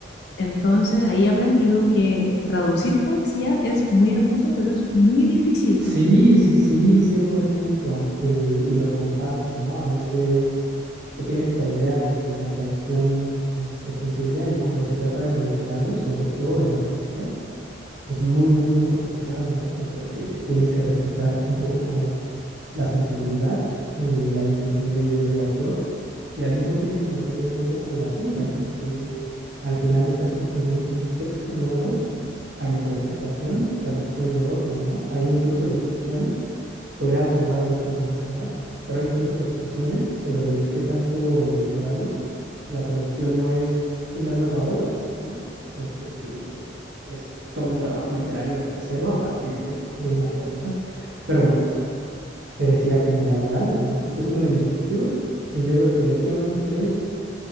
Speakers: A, on the left; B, on the right.
A: Entonces ahí he aprendido que traducir poesía es muy hermoso, pero es muy difícil.
B: Sí, sí, sí, 100%. Y, y lo comparto, ¿no? A veces se tiene esta idea de que la traducción es, es sencilla y cuando se trata de lo literario, sobre todo de la poesía, es muy, muy, muy complicado, ¿no? Pues porque tienes que respetar un poco como la sensibilidad y la intención de- del autor y al mismo tiempo meterle un poco la tuya, porque al final estás construyendo un texto nuevo a interpretación y traducción de otro, ¿no? Hay incluso discusiones, podríamos hablarlo en otro momento, ¿verdad? Pero hay incluso discusiones sobre qué tanto en lo literario la traducción no es una nueva obra, ¿no? Pues porque es todo un trabajo literario desde cero a partir de, de una traducción. Pero bueno, te decía que en lo laboral, eh, este es uno de mis objetivos y yo creo que de aquí a unos tres,